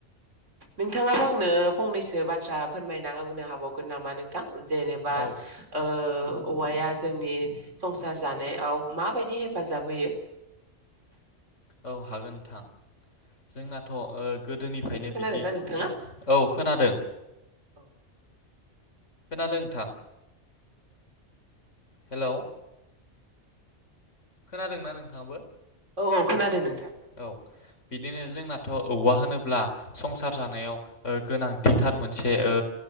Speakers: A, on the right; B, on the left.
A: नोंथाङाबो आंनो फंनैसो बाथ्रा फोरमायना होनो हाबावगोन नामा नोंथां? जेनेबा
B: औ
A: ओ औवाया जोंनि संसार जानायाव माबायदि हेफाजाब होयो?
B: औ हागोन नोंथां जोंना। थ' ओ गोदोनिफ्रायनो
A: खोनादोंना
B: बिदि
A: नोंथाङा
B: <inaudible> खोनादों
A: औ
B: नोंथां हेल'? खोनादोंना नोंथाङाबो?
A: औ औ खोनादों नोंथां।
B: औ बिदिनो जोंनाथ' औवा होनोब्ला संसार जानायाव ओ गोनांथिथार मोनसे ओ